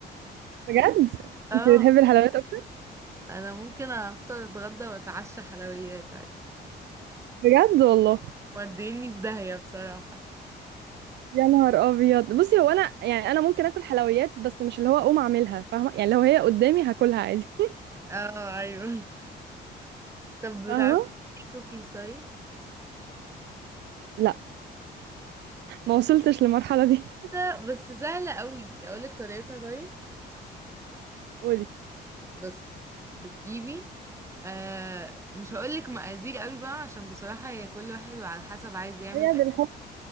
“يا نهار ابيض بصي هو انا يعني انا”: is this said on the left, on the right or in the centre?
Right